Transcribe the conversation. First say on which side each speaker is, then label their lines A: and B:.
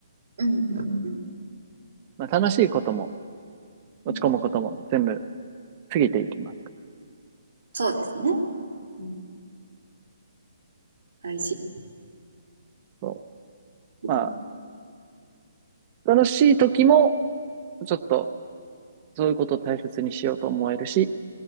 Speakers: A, on the right; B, on the right.
A: うんうんうん
B: まあ、楽しいことも、落ち込むことも全部
A: うん
B: 過ぎていきますから。
A: そうですね。うん。大事。
B: そ
A: うん
B: う。まあ、楽しい時も、ちょっと、そういうことを大切にしようと思えるし、